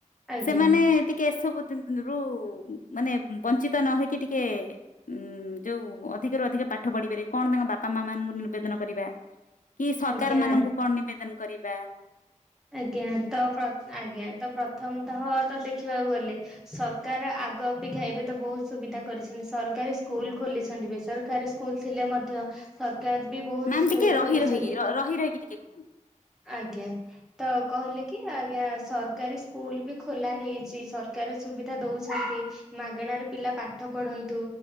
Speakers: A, in the centre; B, on the left (about 80°).
A: ଆଜ୍ଞା
B: ସେମାନେ ଟିକେ ଏ ସବୁ <unintelligible> ରୁ ମାନେ ବଞ୍ଚିତ ନ ହେଇକି ଟିକେ ଉଁ ଯୋଉ ଅଧିକରୁୁ ଅଧିକ ପାଠ ପଢିପାରେ କଣ ତାଙ୍କ ବାପା ମା ମାନଙ୍କୁ ନିବେଦନ କରିବା। କି ସରକାର
A: ଆଜ୍ଞା ଆଜ୍ଞା
B: ମାନଙ୍କୁ କଣ ନିବେଦନ କରିବି? ମ୍ୟାମ୍।
A: ଆଜ୍ଞା ତ ଆଜ୍ଞା ତ ପ୍ରଥମ ତଃ ତ ଦେଖିବାକୁ ଗଲେ ସରକାର ଆଗ ଅପେକ୍ଷା ଏବେ ତ ବହୁତ ସୁବିଧା କରିଛନ୍ତି ସରକାରୀ ସ୍କୁଲ ଖୋଲିଛନ୍ତି ବେସରକାରୀ ସ୍କୁଲ ଥିଲେ ମଧ୍ୟ। ବି ବହୁତ
B: ମ୍ୟାମ୍
A: ସ୍କୁଲ
B: ଟିକେ ରହି
A: ଖୋଲିଛନ୍ତି
B: ରହିକି ର- ରହି ରହିକି ଟିକେ କୁହନ୍ତୁ
A: ଆଜ୍ଞା। ତ କହିଲେ କି ଆଜ୍ଞା ସରକାରୀ ସ୍କୁଲ ବି ଖୋଲା ହେଇଛି ସରକାର ସୁବିଧା ଦଉଛନ୍ତି ମାଗଣାରେ ପିଲା ପାଠ ପଢନ୍ତୁ